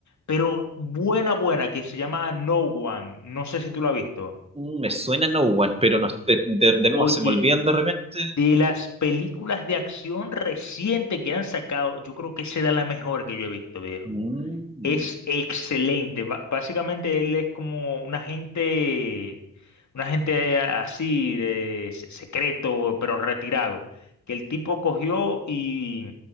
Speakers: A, on the left; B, on the right.
A: Pero buena, buena, que se llama No One. No sé si tú la has visto.
B: Mm, Me suena No One, pero no, de, de- de
A: Oye,
B: nuevo se me olvidan de repente.
A: de las películas de acción reciente que han sacado, yo creo que será la mejor que yo he visto, viejo.
B: Mm,
A: Es excelente. Ba- básicamente él es como un agente, un agente así de se- secreto, pero retirado. Que el tipo cogió y,